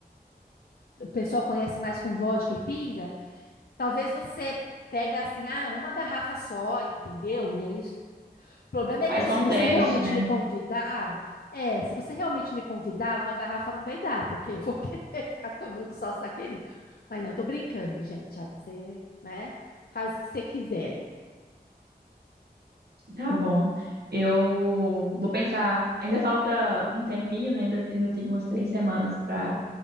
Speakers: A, on the left; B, on the right.
A: o pessoal conhece mais com vodka e pinga, talvez você pega assim, ah, uma garrafa só, entendeu? E aí O problema é
B: Faz
A: que
B: só
A: se
B: um
A: você
B: teste,
A: realmente
B: né?
A: me convidar, é, se você realmente me convidar, uma garrafa não vai dar, porque eu vou querer <laughs> ficar tomando só saqueirinho. Mas não, tô brincando, gente. Olha, você, né? Faz o que você quiser aí.
B: Tá bom. Eu vou pensar. Ainda falta um tempinho, né? Ainda, ainda tenho umas três semanas para